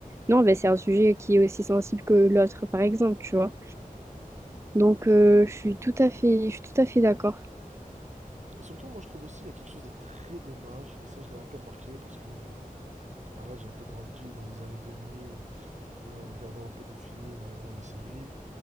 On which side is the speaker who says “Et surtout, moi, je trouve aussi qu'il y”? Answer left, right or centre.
Right